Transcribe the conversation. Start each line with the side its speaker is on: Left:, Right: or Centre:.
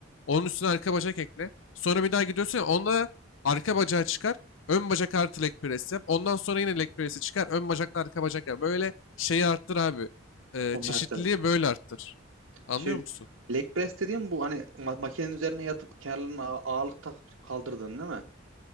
Left: Onun üstüne arka bacak ekle. Sonra bir daha gidiyorsun ya, onda arka bacağı çıkar. Ön bacak artı leg press yap. Ondan sonra yine leg press'i çıkar. Ön bacakla arka bacak yap. Böyle şeyi arttır abi. Ee,
Right: Kombinasyon.
Left: çeşitliliği böyle arttır. Anlıyor
Right: Şey,
Left: musun?
Right: leg press dediğim bu hani ma- makinenin üzerine yatıp kenarlarına ağ- ağırlık takıp kaldırdın değil mi?